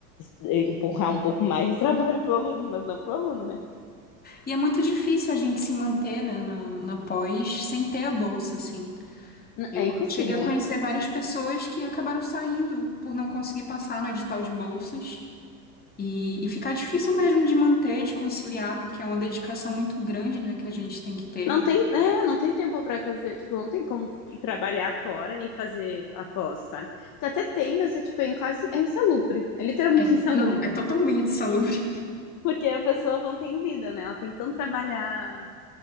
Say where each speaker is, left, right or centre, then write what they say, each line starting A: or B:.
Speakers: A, on the left; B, on the left.
A: empurrar um pouco mais de trabalho pro aluno, mas não pro aluno, né?
B: E é muito difícil a gente se manter, né, na, na pós sem ter a bolsa, assim. Eu
A: É impossível,
B: eu cheguei a conhecer
A: né?
B: várias pessoas que acabaram saindo por não conseguir passar no edital de bolsas. E, e ficar difícil mesmo de manter, de conciliar, porque é uma dedicação muito grande, né, que a gente tem que ter.
A: Não tem, é, não tem tempo para fazer, tipo, não tem como trabalhar fora e fazer após, sabe? Então, Até tem, mas é tipo, é quase é insalubre, é literalmente
B: É,
A: <laughs> insalubre,
B: não, é totalmente insalubre.
A: porque a pessoa não tem vida, né? Ela tem que tanto trabalhar